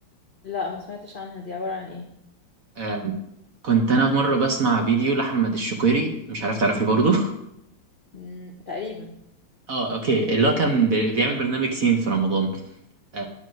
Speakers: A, on the left; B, on the right.
A: لا ما سمعتش عنها دي عبارة عن ايه
B: آم، كنت أنا في مرة بسمع فيديو لأحمد الشقيري مش عارف تعرفيه برضو <laughs>
A: مم، تقريبا
B: اه اوكي اللي هو كان بي- بيعمل برنامج سين في رمضان آه،